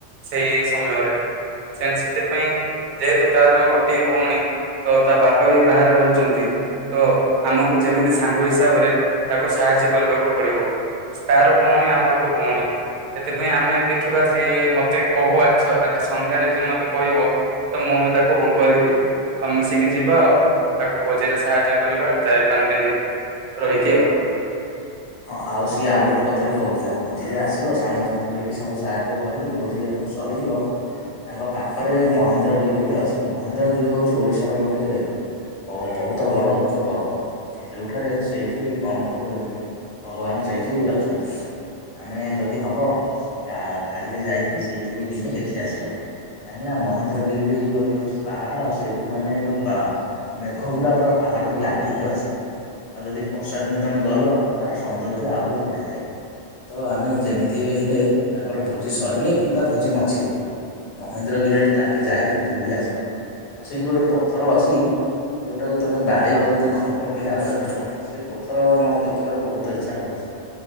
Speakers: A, on the right; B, on the left.
A: ସେଇ ସମୟରେ। ସେ ସେଥିପାଇଁ ଯେହେତୁ ତାର ଗୋଟିଏ ଭଉଣୀ। ତ ତା ବାପା ବି ବାହାରେ ରହୁଛନ୍ତି ତ ଆମକୁ ଯେମିତି ସାଙ୍ଗ ହିସାବରେ ତାକୁ ସାହାଯ୍ୟ କରିବାକୁ ପଡିବ ତାର ଭଉଣୀ ଆମର ବି ଭଉଣୀ। ସେଥିପାଇଁ ଆମେ ଦେଖିବା ସିଏ ମୋତେ କହୁ ଆଜି ଆଜି ସନ୍ଧ୍ୟାରେ ସିଏ ମୋତେ କହିବ। ତ ମୁଁ ବି ତାକୁ ହଁ କରିବି ତ ମିଶିକି ଯିବା ଆଉ ତାକୁ ହୋଜିରେ ସାହାଯ୍ୟ କରିବା ଚାରି ପାଞ୍ଚ ଦିନ ରହିକି ଆଉ।
B: ହଁ ଆଉ ସିଏ ଆଉ ଗୋଟେ କଥା ବି କହୁଥିଲା ଭୋଜିରେ ଆସିବ ସାଙ୍ଗସାଥି ହୋଇକି ସବୁ ସାହାଯ୍ୟ କରିକି ଭୋଜି ଯେତେବେଳେ ସରିଯିବ। ତାଙ୍କ ପାଖରେ ମହେନ୍ଦ୍ରଗିରି ବୋଲି ଅଛି ମହେନ୍ଦ୍ରଗିରି ହେଉଛି ଓଡ଼ିଶାର ଗୋଟେ ବ ବହୁତ ବଡ଼ ଉଚ୍ଚ ପର୍ବତ ଯେଉଁଠାରେ ସେଇଠି କଣ ଗୋଟେ ଭଗବାନ ସେଇଠି ଅଛନ୍ତି। ଆମେ ଯଦି ହବ ଗା ଗାଡ଼ିରେ ଯାଇକି ସେଇଠି ବିି ଦିନେ ଦେଖି ଆସିବା। କାହିଁକି ନା ମହେନ୍ଦ୍ରଗିରି ଗୋଟେ ହଉଛି ପାହାଡ ଆଉ ସେଇଠି ମାନେ ଯୋଉ ବା ମେଘ ଗୁଡା ପୁରା ପାହାଡକୁ ଲାଗିକି ଅଛି ଆଉ ଯଦି ବର୍ଷା ଦିନେ ତମେ ଗଲ ତ ତାର ସୌନ୍ଦର୍ଯ୍ୟ ଆହୁରି ବଢ଼ିଯାଏ। ତ ଆମେ ଯେମିତି ବି ହେଲେ ତାଙ୍କର ଭୋଜି ସରିଲେ କିମ୍ବା ଭୋଜି ମଝିରେ ମହେନ୍ଦ୍ରଗିରି ଆଡେ ଟାକେ ଯାଇକି ବୁଲି ଆସିବା ଆଉ ସେଇଠି ଗୋଟେ ପଥର ଅଛି। ଯୋଉଟାକୁ ତମେ ବାଡେଇବ ଯଦି ଘଣ୍ଟ ଭଳି ଆବାଜ ହବ ସେଇ ପଥର ମୁଁ ଦେ ଦେଖିବାକୁ ବହୁତ ଇଚ୍ଛା ହଉଛି।